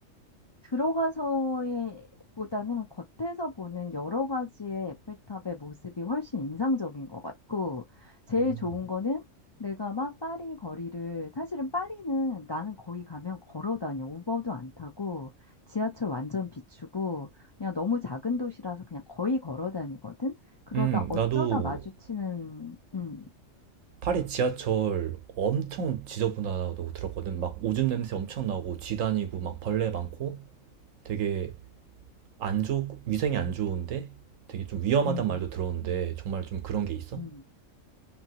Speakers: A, on the left; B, on the right.
A: 들어가서의 보다는 겉에서 보는 여러 가지의 에펠탑의 모습이 훨씬 인상적인 것 같고, 제일
B: 오.
A: 좋은 거는 내가 막 파리 거리를, 사실은 파리는 나는 거기 가면 걸어 다녀. 우버도 안 타고, 지하철 완전 비추고, 그냥 너무 작은 도시라서 그냥 거의 걸어 다니거든? 그러다
B: 음,
A: 어쩌다
B: 나도
A: 마주치는, 음,
B: 파리 지하철 엄청 지저분하다고 들었거든. 막 오줌 냄새 엄청 나고 쥐다니고 막 벌레 많고 되게 안 좋, 위생이 안 좋은데 되게 좀 위험하단
A: 음,
B: 말도 들었는데 정말 좀 그런 게 있어?
A: 음.